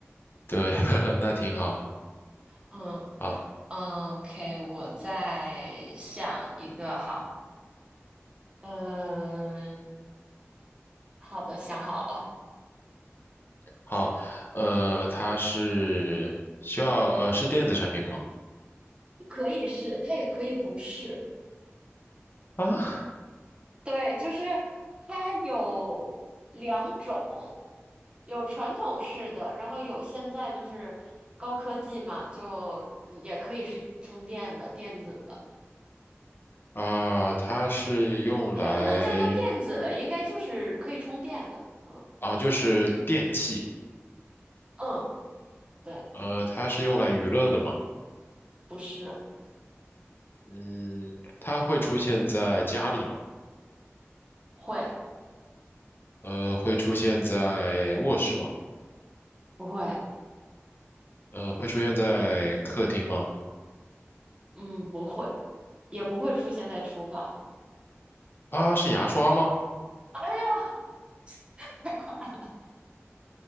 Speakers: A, on the left; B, on the right.
A: 对，<laughs> 呵呵那挺好的。
B: 嗯
A: 好，
B: 嗯，OK，我再想一个，好，嗯，好的，想好了。
A: 好，呃，它是需要呃是电子产品吗？
B: 可以是，它也可以不是。
A: 啊，<laughs>
B: 对，就是它有两种，有传统式的，然后有现在就是高科技嘛，就也可以是充电的、电子的。
A: 啊，它是用来娱
B: 哎，不能叫做电子的，应该就是可以充电的。嗯
A: 啊，就是电器，
B: 嗯，对，
A: 呃，它是用来娱乐的嘛。
B: 不是，
A: 嗯，它会出现在家里吗？
B: 会
A: 呃，会出现在卧室吗？
B: 不会？
A: 呃，会出现在客厅吗？
B: 嗯，不会，也不会出现在厨房。
A: 啊，是牙刷吗？
B: 哎呀，太快了！